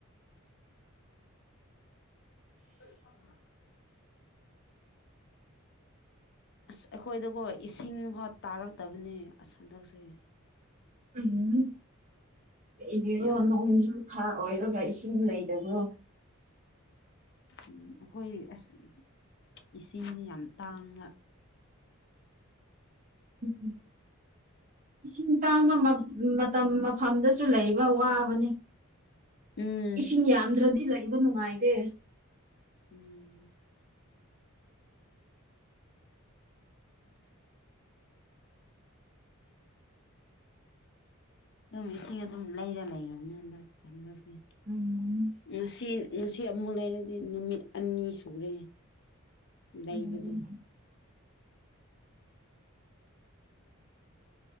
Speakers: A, on the left; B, on the right.
A: <inaudible> ꯑꯁ ꯑꯩꯈꯣꯏꯗꯀꯣ ꯏꯁꯤꯡ ꯍꯣ ꯇꯥꯔꯛꯇꯕꯅꯦ ꯑꯁ ꯍꯟꯗꯛꯁꯦ
B: ꯎꯝ ꯀꯩꯔꯣ
A: ꯌꯥꯝ
B: ꯊꯥ ꯑꯣꯏꯔꯒ ꯏꯁꯤꯡ ꯂꯩꯇꯕ꯭ꯔꯣ
A: ꯎꯝ ꯑꯩꯈꯣꯏ ꯑꯁ ꯏꯁꯤꯡꯁꯦ ꯌꯥꯝ ꯇꯥꯡꯅ
B: ꯎ ꯎ ꯏꯁꯤꯡ ꯇꯥꯡꯕ ꯃꯇꯝ ꯃꯐꯝꯗꯁꯨ ꯂꯩꯕ ꯋꯥꯕꯅꯦ
A: ꯎꯝ
B: ꯏꯁꯤꯡ ꯌꯥꯝꯗ꯭ꯔꯗꯤ ꯏꯜꯂꯛꯏꯕ ꯅꯨꯡꯉꯥꯏꯗꯦ
A: ꯎꯝ ꯑꯗꯨꯝ ꯏꯁꯤꯡ ꯑꯗꯨꯝ ꯂꯩꯔ ꯂꯩꯔꯕꯅꯤ ꯍꯟꯗ ꯈꯟꯗꯁꯦ
B: ꯎꯝ
A: ꯉꯁꯤ ꯉꯁꯤ ꯑꯃꯨꯛ ꯂꯩꯔꯗꯤ ꯅꯨꯃꯤꯠ ꯑꯅꯤ ꯁꯨꯔꯦ ꯂꯩꯕꯗꯣ
B: ꯎꯝ